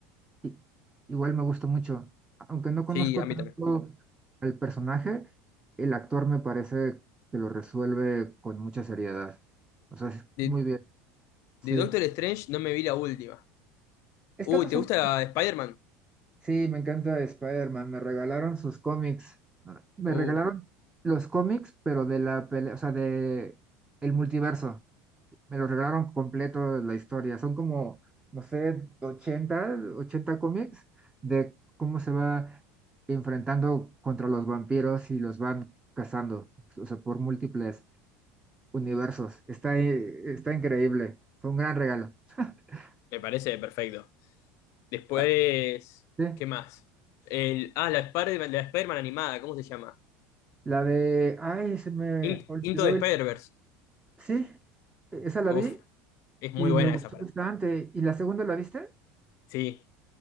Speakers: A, on the right; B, on the left.
A: i- igual me gusta mucho. Aunque no conozco
B: Sí, a mí
A: tanto
B: también.
A: al personaje, el actor me parece que lo resuelve con mucha seriedad. O sea, es
B: De,
A: muy bien. Sí.
B: de Doctor Strange no me vi la última.
A: Está
B: Uy,
A: más
B: ¿te
A: o
B: gusta
A: menos-
B: Spider-Man?
A: Sí, me encanta Spider-Man. Me regalaron sus cómics. Ah, Me
B: Uh,
A: regalaron los cómics, pero de la pelea, o sea, de el multiverso. Me lo regalaron completo la historia. Son como, no sé, 80, 80 cómics de cómo se va enfrentando contra los vampiros y los van cazando, o sea, por múltiples universos. Está, eh, está increíble. Fue un gran regalo. <laughs>
B: me parece perfecto. Después,
A: Ah, Sí,
B: ¿qué más? El, ah, la Spider-Man, la Spider-Man animada, ¿cómo se llama?
A: la de, ay, se me
B: In-
A: olvidó
B: Into the
A: el...
B: Spider-Verse.
A: Sí, e, esa la
B: Uf,
A: vi
B: es muy
A: y
B: buena
A: me gustó
B: esa para.
A: bastante.
B: mí.
A: ¿Y la segunda la viste?
B: Sí,